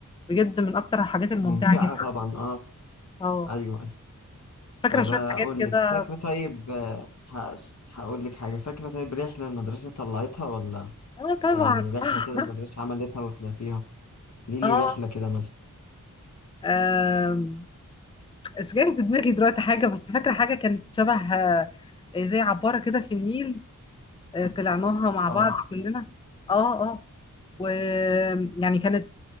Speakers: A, on the left; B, on the left.
A: بجد من اكتر الحاجات الممتعة
B: ممتعة
A: جدا
B: طبعا اه
A: <laughs> اه
B: ايوه ايوه
A: فاكرة
B: طيب
A: شوية
B: هقول
A: حاجات كده
B: لك فاكرة طيب آه، هس- هقول لك حاجة فاكرة طيب رحلة المدرسة طلعتها ولا
A: اه طبعا
B: يعني رحلة
A: <laughs>
B: كده المدرسة عملتها وطلعتيها ليه
A: اه
B: لي رحلة كده مثلا
A: آم، مش جاي في دماغي دلوقتي حاجة بس فاكرة حاجة كانت شبه آه، زي عبارة كده في النيل آه، طلعناها مع
B: اه
A: بعض كلنا اه اه ويعني كانت